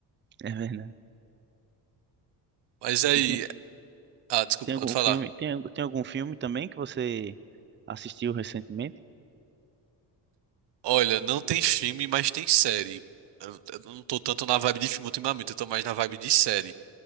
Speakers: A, on the right; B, on the right.
A: É verdade.
B: Mas aí.
A: E tem-
B: Ah, desculpa,
A: Tem
B: pode
A: algum
B: falar.
A: filme, tem, algu- tem algum filme também que você assistiu recentemente?
B: Olha, não tem filme, mas tem série. Eu, eu não tô tanto na vibe de filme ultimamente, eu tô mais na vibe de série.